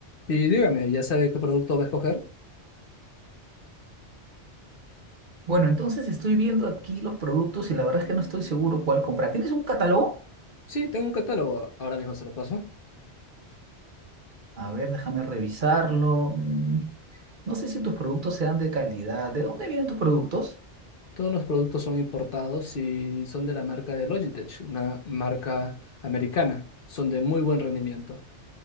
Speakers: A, on the left; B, on the right.
A: Y dígame, ¿ya sabe qué producto va a escoger?
B: Bueno, entonces estoy viendo aquí los productos y la verdad es que no estoy seguro cuál comprar. ¿Tienes un catálogo?
A: Sí, tengo un catálogo, ahora mismo se lo paso.
B: A ver, déjame revisarlo. Mm, no sé si tus productos sean de calidad. ¿De dónde vienen tus productos?
A: Todos los productos son importados y son de la marca de Logitech, una marca americana. Son de muy buen rendimiento.